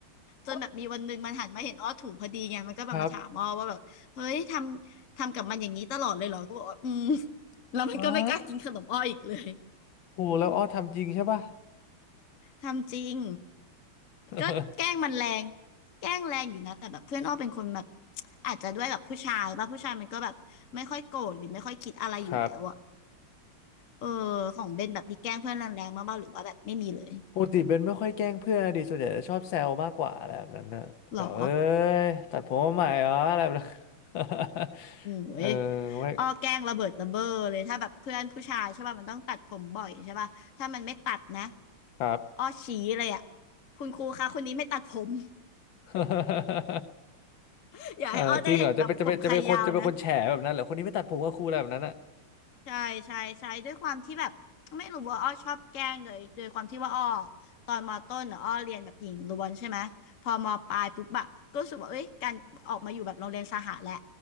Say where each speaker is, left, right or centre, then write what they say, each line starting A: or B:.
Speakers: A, on the left; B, on the left.
A: what
B: จนแบบมีวันหนึ่งมันหันมาเห็นอ้อถูกพอดีไงมันก็แบบมาถามอ้อว่าแบบเฮ้ยทำทำกับมันอย่างนี้ตลอดเลยเหรอก็บอกว่าอืม
A: ครับ
B: <laughs> แล้วมันก็ไม่กล้ากินขนมอ้ออีกเลย
A: what โหแล้วอ้อทำจริงใช่ป่ะ
B: ทำจริง
A: <laughs>
B: ก็แกล้งมันแรงแกล้งแรงอยู่นะแต่แบบเพื่อนอ้อเป็นคนแบบอาจจะด้วยแบบผู้ชายป่ะผู้ชายมันก็แบบไม่ค่อยโกรธหรือไม่ค่อยคิดอะไรอยู่แล้วอะ
A: ครับ
B: เออของเบนแบบมีแกล้งเพื่อนแรงๆมากบ้างหรือว่าแบบไม่มีเลย
A: ปกติเบนไม่ค่อยแกล้งเพื่อนดิส่วนใหญ่จะชอบแซวมากกว่าอะไรแบบนั้นนะแบบเอ้
B: หรอ
A: ยตัดผมมาใหม่เหรออะไรแบบนั้น <laughs>
B: โอ้ย
A: เออไม่
B: อ้อแกล้งระเบิดระเบ้อเลยถ้าแบบเพื่อนผู้ชายใช่ป่ะมันต้องตัดผมบ่อยใช่ป่ะถ้ามันไม่ตัดนะ
A: ครับ
B: อ้อชี้เลยอ่ะคุณครูคะคนนี้ไม่ตัดผม
A: <laughs>
B: <laughs> อยากให้อ้อได้เห็นแบบผมใครยาวนะ
A: เออจริงเหรอจะเป็นจะเป็นจะเป็นคนจะเป็นคนแฉแบบนั้นเหรอคนนี้ไม่ตัดผมก็ครูอะไรแบบนั้นอ่ะ
B: ใช่ใช่ใช่ด้วยความที่แบบไม่รู้ว่าอ้อชอบแกล้งโดยโดยความที่ว่าอ้อตอนมอต้นน่ะอ้อเรียนแบบหญิงล้วนใช่ไหม พอมอปลายปุ๊บอะก็รู้สึกว่าเอ้ยการออกมาอยู่แบบโรงเรียนสหะแหละ